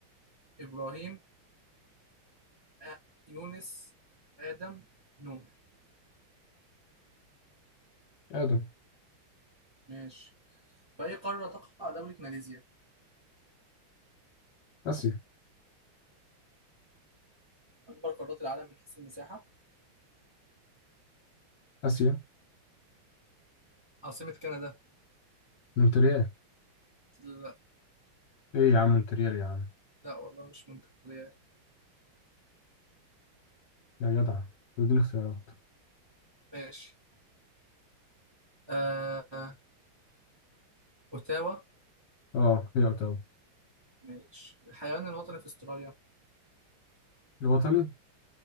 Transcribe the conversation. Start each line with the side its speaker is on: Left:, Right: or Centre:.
Right: إبراهيم آه، يونس آدم نوح
Left: آدم
Right: ماشي في أي قارة تقع دولة ماليزيا؟
Left: آسيا
Right: أكبر قارات العالم من حيث المساحة
Left: آسيا
Right: عاصمة كندا
Left: مونتريال
Right: لا
Left: إيه يا عم مونتريال يا عم
Right: لا والله مش مونتريال
Left: يا جدع بدون اختيارات
Right: ماشي آه... أوتاوا
Left: اه هي اوتاوا
Right: ماشي الحيوان الوطني في أستراليا
Left: الوطني